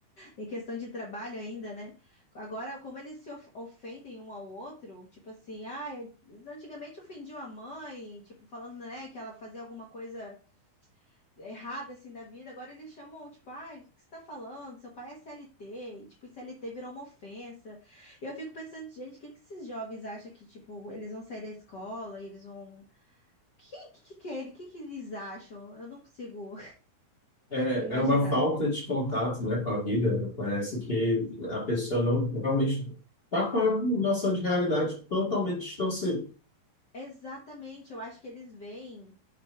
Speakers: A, on the left; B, on the left.
A: em questão de trabalho ainda, né? Agora, como eles se of- ofendem um ao outro, tipo assim, ah, é- eles antigamente ofendiam a mãe, tipo, falando, né, que ela fazia alguma coisa errada, assim, da vida, agora eles chamam, tipo, ah, o que você tá falando? Seu pai é CLT, e, tipo, CLT virou uma ofensa. E eu fico pensando, gente, o que que esses jovens acham que, tipo, eles vão sair da escola e eles vão... Que que, que é ele? O que que eles acham? Eu não consigo
B: É,
A: <laughs> imaginar.
B: é uma falta de contato, né, com a vida. Parece que a pessoa não realmente está com a noção de realidade totalmente distorcida.
A: Exatamente, eu acho que eles veem